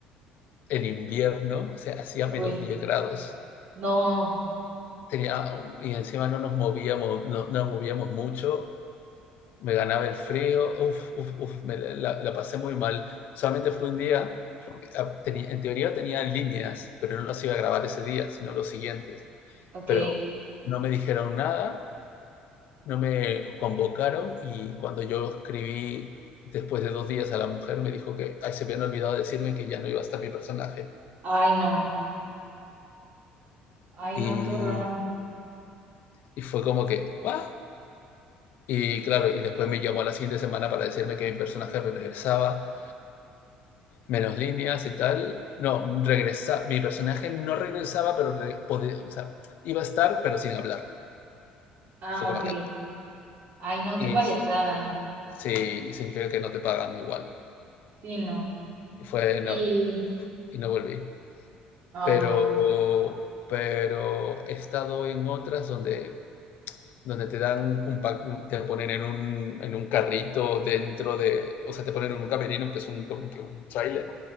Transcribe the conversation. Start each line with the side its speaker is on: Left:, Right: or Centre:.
Left: en invierno, o sea, hacía menos
Right: Uy,
Left: diez grados,
Right: no.
Left: tenía, y encima no nos movíamos, no, no nos movíamos mucho, me ganaba el frío, uf, uf, uf, me la, la pasé muy mal, solamente fue un día, porque ah, tenía- en teoría tenía líneas, pero no las iba a grabar ese día, sino los siguientes,
Right: Ok.
Left: pero no me dijeron nada, No me convocaron y cuando yo escribí después de dos días a la mujer me dijo que ahí se habían olvidado de decirme que ya no iba a estar mi personaje.
Right: Ay, no. Ay,
Left: Y,
Right: no, qué horror.
Left: y fue como que, ¿what? Y claro, y después me llamó a la siguiente semana para decirme que mi personaje regresaba, menos líneas y tal. No, regresa, mi personaje no regresaba, pero re- podía- o sea, iba a estar, pero sin hablar.
Right: Ah,
Left: Y fue como
Right: ok.
Left: que,
Right: Ay, no,
Left: y
Right: qué payasada.
Left: sí, sí, y significa que no te pagan igual.
Right: Sí, no.
Left: Y fue,
Right: Y,
Left: no, y no volví.
Right: ay,
Left: Pero
Right: no.
Left: pero he estado en otras donde donde te dan un pack, un te ponen en un en un carrito dentro de o sea, te ponen en un camerino, que es un como que un tráiler,